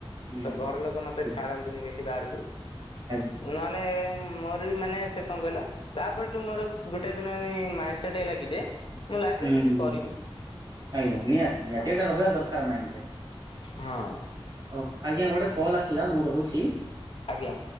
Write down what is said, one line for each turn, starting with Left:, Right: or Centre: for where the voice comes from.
Right: ହୁଁ।
Left: ତ ଘର ଲୋକ ମତେ
Right: ଠିକ୍
Left: ଛାଡ଼ନ୍ତିନି ବେଶୀ ବାହାରକୁ
Right: ଆଜ୍ଞା
Left: ନହେଲେ ମୋର ବି ମାନେ ଏତେ କଣ କହିଲ? ତାପରଠୁ ମୋର ଗୋଟେ ଦିନ ମାଇଣ୍ଡ ସେଟ ହେଇଲା କି ଯେ ମୁଁ ଲାଇଫରେ
Right: ହୁଁ
Left: କିଛି କରିବି
Right: ଆଜ୍ଞା, ନିହାତି ନିହାତି
Left: ହଁ
Right: ଏଇଟା ରହିବା ଦରକାର ମାଇଣ୍ଡରେ।
Left: ହଁ।
Right: ହଉ ଆଜ୍ଞା ଗୋଟେ କଲ ଆସିଲା ମୁଁ ରହୁଛି।
Left: ଆଜ୍ଞା।